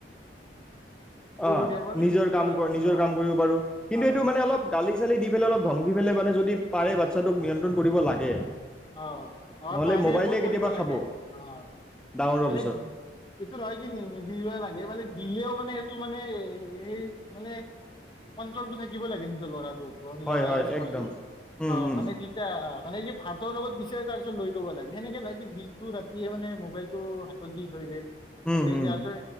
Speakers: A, in the centre; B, on the left.
A: অ,
B: কৰি থাকিব পাৰি
A: নিজৰ কাম কৰ নিজৰ
B: অ'
A: কাম কৰিব পাৰো কিন্তু
B: অ'
A: এইটো মানে অলপ গালি-চালি দি পেলাই অলপ ধমকি পেলাই মানে যদি পাৰে বাচ্ছাটোক নিয়ন্ত্ৰণ কৰিব লাগে।
B: অ, অ,
A: নহ'লে
B: বাহিৰে
A: মোবাইলে
B: এই বোৰ কৰিব
A: কেতিয়াবা
B: লাগে,
A: খাব
B: অ',
A: ডাঙৰ হোৱাৰ
B: মোবাইল
A: পিছত
B: দিলেও মানে এইটো মানে এই, মানে কন্ট্ৰলটো থাকিব লাগে নিজৰ ল'ৰাটোৰ তহতি
A: হয়
B: ল'ৰা
A: হয়
B: ছোৱালী,
A: একদম উম
B: অ
A: উম
B: মানে কি কয় অ মানে কি তোৰ লগত দিছে তাৰপিছত লৈ ল'ব নেকি সেনেকে না কি দিনটো ৰাতিয়ে মানে মোবাইলতটো হাতত দি থৈ যায়। সেন
A: উম
B: তে
A: উম
B: দি আছৈ